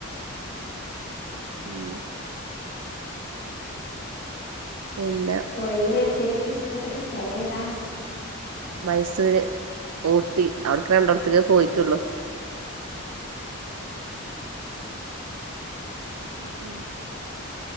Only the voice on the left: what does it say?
പോയതില് വെച്ചേ റ്റ ഇഷ്ടപ്പെട്ട സ്ഥലേതാ